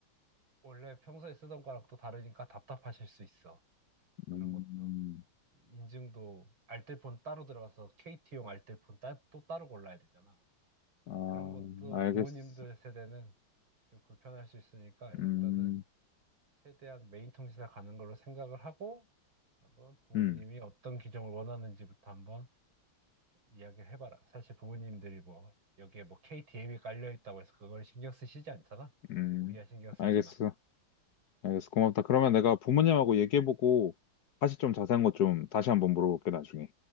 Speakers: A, on the right (about 85°); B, on the left (about 60°).
A: 원래 평소에 쓰던 거랑 또 다르니까 답답하실 수 있어. 그런
B: 음,
A: 것도 인증도 알뜰폰 따로 들어가서 KT용 알뜰폰 따, 또 따로 골라야 되잖아.
B: 아,
A: 그런 것도
B: 알겠어.
A: 부모님들 세대는 좀 불편할 수 있으니까 일단은
B: 음,
A: 최대한 메인 통신사 가는 걸로 생각을 하고 한번 부모님이
B: 음,
A: 어떤 규정을 원하는지부터 한번 이야기를 해봐라. 사실 부모님들이 뭐 여기에 뭐 KTM이 깔려 있다고 해서 그걸 신경 쓰시지 않잖아.
B: 음,
A: 우리야 신경 쓰지만.
B: 알겠어. 알겠어. 고맙다. 그러면 내가 부모님하고 얘기해보고, 다시 좀 자세한 거 좀 다시 한번 물어볼게, 나중에.